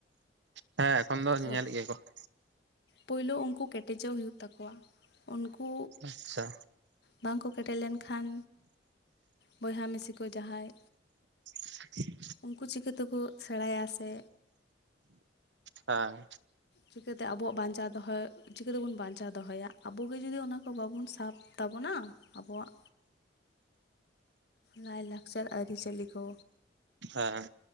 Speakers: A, on the right; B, on the left.
A: ᱦᱮᱸ, ᱮᱠᱷᱚᱱ ᱫᱚ ᱧᱮᱞᱮᱫ
B: ᱛᱚ
A: ᱜᱮᱭᱟ ᱠᱚ ᱾
B: ᱯᱳᱭᱞᱳ ᱩᱱᱠᱩ ᱠᱮᱴᱮᱡᱚᱜ ᱦᱩᱭᱩᱜ ᱛᱟᱠᱚᱣᱟ, ᱩᱱᱠᱩ
A: ᱟᱪᱪᱷᱟ
B: ᱵᱟᱝ ᱠᱚ ᱠᱮᱴᱮᱡ ᱞᱮᱱᱠᱷᱟᱱ ᱵᱚᱭᱦᱟ ᱢᱤᱥᱤ ᱠᱚ ᱡᱟᱦᱟᱸᱭ
A: <inaudible>
B: ᱩᱱᱠᱩ ᱪᱤᱠᱟᱹ ᱛᱮᱠᱚ ᱥᱮᱬᱟᱭᱟ ᱥᱮ,
A: ᱦᱮᱸ
B: ᱪᱤᱠᱟᱹᱛᱮ ᱟᱵᱚᱣᱟᱜ ᱵᱟᱧᱪᱟᱣ ᱫᱚᱦᱚ ᱪᱤᱠᱟᱹᱛᱮᱵᱚᱱ ᱵᱟᱧᱪᱟᱣ ᱫᱚᱦᱚᱭᱟ, ᱟᱵᱚᱜᱮ ᱡᱩᱫᱤ ᱚᱱᱟ ᱠᱚ ᱵᱟᱵᱚᱱ ᱥᱟᱵᱽ ᱛᱟᱵᱚᱱᱟ ᱟᱵᱚᱣᱟᱜ, ᱞᱟᱭᱼᱞᱟᱠᱪᱟᱨ ᱟᱹᱨᱤ ᱪᱟᱹᱞᱤ ᱠᱚ,
A: ᱦᱮᱸ